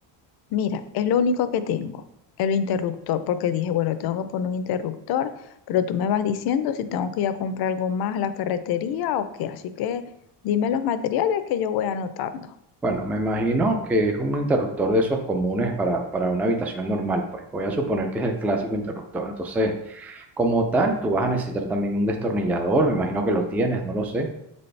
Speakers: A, on the left; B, in the centre.
A: Mira, es lo único que tengo, el interruptor, porque dije, bueno, tengo que poner un interruptor, pero tú me vas diciendo si tengo que ir a comprar algo más a la ferretería o qué. Así que dime los materiales que yo voy anotando.
B: Bueno, me imagino que es un interruptor de esos comunes para, para una habitación normal, pues. Voy a suponer que es el clásico interruptor. Entonces, como tal, tú vas a necesitar también un destornillador, me imagino que lo tienes, no lo sé.